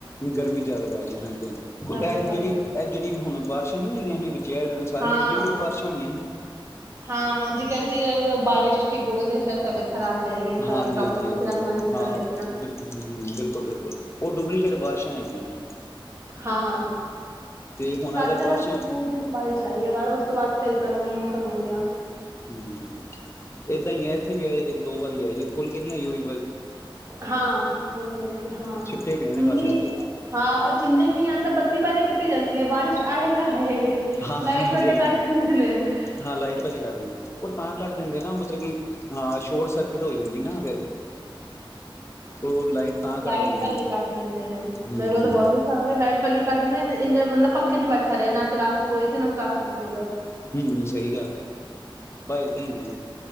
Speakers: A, on the left; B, on the right.
A: ਗਰਮੀ ਜ਼ਿਆਦਾ ਪੈ ਰਹੀ ਹਾਂਜੀ ਹਾਂਜੀ ਇਹ
B: ਹੱਦ ਤੇ ਜ਼ਿਆਦਾ
A: ਜਿਹੜੀ ਇਹ ਜਿਹੜੀ ਵੀ ਹੁਣ ਬਾਰਸ਼ਾਂ ਨੀ ਹੋਈਆਂ ਇਹ ਜ ਸਾਰੀ
B: ਹਾਂ
A: ਡੁਪਲੀਕੇਟ ਬਾਰਿਸ਼ਾਂ ਹੋਈਆਂ ਸੀ
B: ਹਾਂ ਜੇ ਕਹਿੰਦੇ ਏ ਬਾਰਿਸ਼ ਪਿੱਗੋਗੇ ਤੇਾ ਤਬੀਅਤ ਖਰਾਬ ਹੋ ਜਾਏਗੀ ਐਸਾ
A: ਹਾਂਜੀ
B: ਕਰਕੇ ਡਾਕਟਰ
A: ਹਾਂਜੀ
B: ਵੀ
A: ਹਾਂਜੀ
B: ਕੁਛ ਕਰ
A: ਹਾਂ
B: ਰਹੇ ਸੀ ਨਾ
A: ਬਿਲਕੁਲ ਬਿਲਕੁਲ ਉਹ ਡੁਪਲੀਕੇਟ ਬਾਰਿਸ਼ਾਂ ਹੈਗੀਆਂ ਸੀ
B: ਹਾਂ
A: ਤੇ ਹੁਣ
B: ਸਾਡੇ
A: ਅਗਰ
B: ਤਾਂ
A: ਬਾਰਿਸ਼ਾਂ
B: ਹਾਲੀ ਦੋ ਦਿਨ ਬਾਰਿਸ਼ ਆਈ ਹੈ ਬਾਹਦ ਉਸ ਤੋਂ ਬਾਅਦ ਫੇਰ ਗਰਮ ਮੌਸਮ ਹੋ ਗਿਆ
A: ਹਮ ਏਦਾਂ ਹੀ ਹੈ ਇੱਥੇ ਵੀ ਇੱਕ ਦੋ ਵਾਰੀ ਆ ਖੋਲ ਕੇ ਨੀ ਆਈ ਵੀ
B: ਹਾਂ ਹਲਕੇ ਹਲਕੇ ਹਾਂ
A: ਛਿੱਟੇ ਪਏ ਨੇ
B: ਮੰਮੀ
A: ਬਸ ਹਲਕੇ
B: ਹਾਂ ਉਹ ਚਿੰਜੇ ਮ ਦਾ ਬੱਤੀ ਪਹਿਲੇ ਕੱਟੀ ਜਾਂਦੀ ਹੈ ਬਾਰਸ਼ ਨਾ ਨ ਨ
A: ਹਾਂ ਹਾਂਜੀ ਹਾਂਜੀ
B: <inaudible>
A: ਹਾਂ ਲਾਈਟ ਪਹਿਲੇ ਕੱਟ ਦਿੰਦੇ ਉਹ ਤਾਂ ਕੱਟ ਦਿੰਦੇ ਨਾ ਮਤਲਬ ਕਿ ਹਾਂ ਸ਼ੋਰਟ ਸਰਕਿਟ ਹੋ ਜਾਂਦੀ ਨਾ ਫਿਰ ਉਹ ਲਾਈਟ ਤਾਂ ਕੱਟ
B: ਲਾਈਟ
A: ਦਿੰਦੇ
B: ਪਹਿਲੇ
A: ਨੇ
B: ਕੱਟ ਦਿੰਦੇ ਨੇ ਮੇਰੇ
A: ਹੂੰ
B: ਕੋਲ ਤਾਂ ਬਹੁਤ ਕੱਢਣੇ ਇੰਨੇ ਬੰਦਾ ਪੱਖੇ ਚ ਬੈਠਾ ਰਹੇ ਨਾ ਚਲਾ ਸਕੋ ਇਸੇ ਨਾ ਚਲਾ ਸਕੋ ਕੂਲਰ
A: ਹਮ ਸਹੀ ਗੱਲ ਹੈ ਬ ਏਦਾਂ ਹੀ ਹੈ